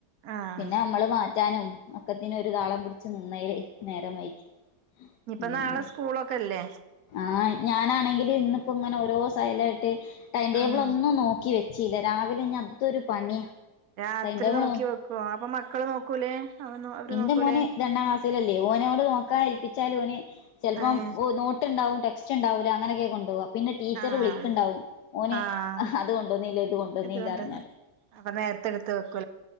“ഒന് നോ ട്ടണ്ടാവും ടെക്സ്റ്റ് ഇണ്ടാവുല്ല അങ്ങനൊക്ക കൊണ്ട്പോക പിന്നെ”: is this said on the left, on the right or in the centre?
Left